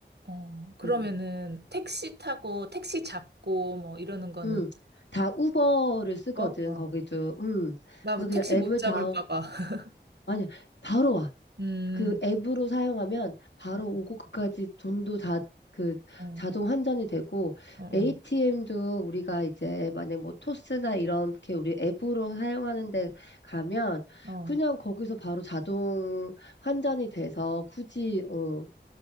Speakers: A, on the right (about 65°); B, on the left (about 70°).
A: 어, 그러면은
B: 음,
A: 택시 타고 택시 잡고 뭐 이러는 거는
B: 음, 다 우버를 쓰거든.
A: 뭐?
B: 거기도. 음,
A: 나
B: 그래서
A: 뭐
B: 그냥
A: 택시
B: 앱을
A: 못 잡을까
B: 다운.
A: 봐. <laughs>
B: 아니, 바로 와.
A: 음,
B: 그 앱으로 사용하면 바로
A: 어,
B: 오고 그까지 돈도 다 그
A: 어,
B: 자동 환전이 되고
A: 어, 어,
B: ATM도 우리가 이제 만약 뭐 토스나 이렇게 우리 앱으로 사용하는 데 가면
A: 어,
B: 그냥 거기서 바로 자동 환전이 돼서 굳이 어